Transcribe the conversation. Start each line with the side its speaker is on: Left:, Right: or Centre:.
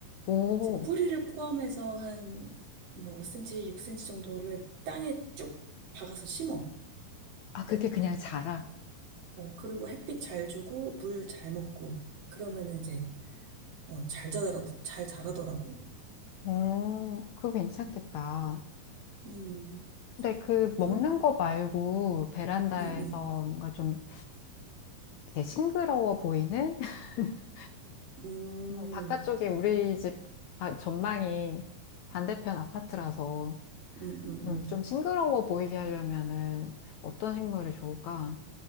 Left: 오.
Right: 이제 뿌리를 포함해서 한 뭐 5cm, 6cm 정도를 땅에 쭉 박아서 심어.
Left: 아, 그게 그냥 자라.
Right: 어, 그리고 햇빛 잘 주고 물 잘 먹고 그러면은 이제 어, 잘 자라 잘 자라더라고.
Left: 오, 그거 괜찮겠다.
Right: 음,
Left: 근데 그
Right: 뭐,
Left: 먹는 거 말고 베란다에서
Right: 음, 음,
Left: 뭔가 좀 이렇게 싱그러워 보이는 <laughs>
Right: 음,
Left: 음, 바깥쪽이 우리 집 바- 전망이 반대편 아파트라서
Right: 음, 음,
Left: 음,
Right: 음.
Left: 좀 싱그러워 보이게 하려면은 어떤 식물이 좋을까?